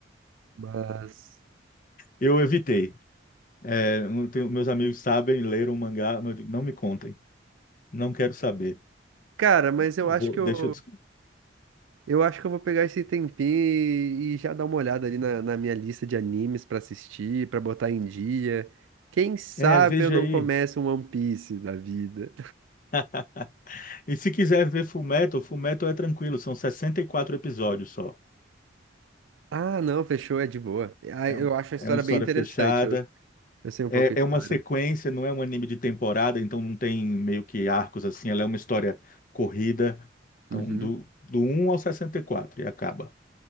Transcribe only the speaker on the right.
Mas,
cara, mas eu
acho que
eu.
Eu acho que eu vou pegar esse tempinho e, e já dar uma olhada ali na, na minha lista de animes pra assistir, pra botar em dia. Quem sabe
eu não
começo um One Piece da vida.
Ah, não, fechou, é de boa. Ah,
eu
acho a
história
bem interessante.
Eu, eu sei um
pouco a história.
Uhum.